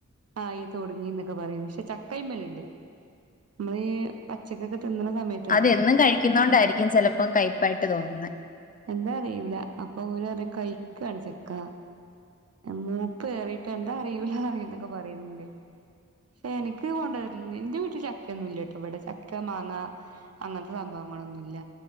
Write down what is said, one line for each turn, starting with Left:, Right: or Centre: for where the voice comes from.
Right: ആ ഈ തുടങ്ങി എന്നൊക്കെ പറയും. പക്ഷെ ചക്കയ്മലിണ്ട് മ്മള് പച്ചക്കൊക്കെ തിന്നണ സമയ
Left: അത് എന്നും കഴിക്കുന്നോണ്ടായിരിക്കും ചിലപ്പം കയ്പപ്പായിട്ട് തോന്നുന്നെ.
Right: എന്താ അറിയൂല അപ്പൊ ഓര് പറയും കയിക്കാണ് ചക്ക. മൂപ്പേറിട്ട് എന്താ അറിയൂലാ എന്തൊക്കെ പറിയിണ്ട്. ഷെ എനിക്ക് കൊണ്ടുവരല് എന്റെ വീട്ടില് ചക്ക ഒന്നും ഇല്ല ട്ടോ ഇവിടെ ചക്ക, മാങ്ങ അങ്ങൻത്തെ സംഭവങ്ങളൊന്നുല്ല.